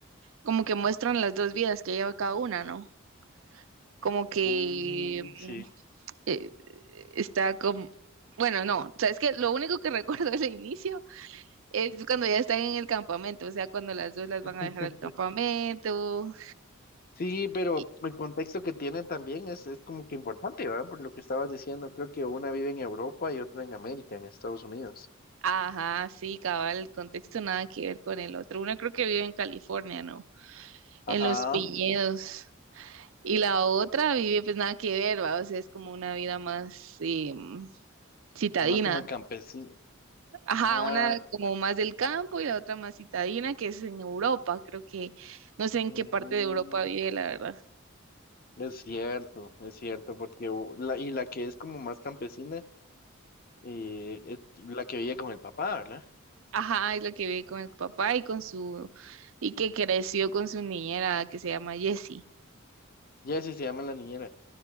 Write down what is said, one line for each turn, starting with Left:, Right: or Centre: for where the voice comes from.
Right: como que muestran las dos vidas que lleva cada una, ¿no? Como que
Left: Mm,
Right: mm,
Left: sí.
Right: eh, está como, bueno, no, o sea, es que lo único que <laughs> recuerdo del inicio es cuando ya están en el campamento, o sea, cuando las dos las
Left: <laughs>
Right: van a dejar al campamento.
Left: Sí, pero
Right: Y,
Left: el contexto que tienen también es, es como que importante, ¿verdad? Por lo que estabas diciendo, creo que una vive en Europa y otra en América, en Estados Unidos.
Right: ajá, sí, cabal, el contexto nada que ver con el otro. Una creo que vive en California, ¿no?
Left: Ajá,
Right: En los viñedos. Y la otra vive pues nada que ver, ¿va? O sea, es como una vida más eh, mm, citadina.
Left: más como el campesino.
Right: Ajá,
Left: Ah,
Right: una como más del campo y la otra más citadina, que es en Europa, creo que no sé en
Left: mm,
Right: qué parte de Europa vive, la verdad.
Left: es cierto, es cierto, porque u- la, y la que es como más campesina eh, es la que vive con el papá, ¿verdad?
Right: Ajá, es la que vive con el papá y con su, y que creció con su niñera que se llama Jessie.
Left: Jessie se llama la niñera.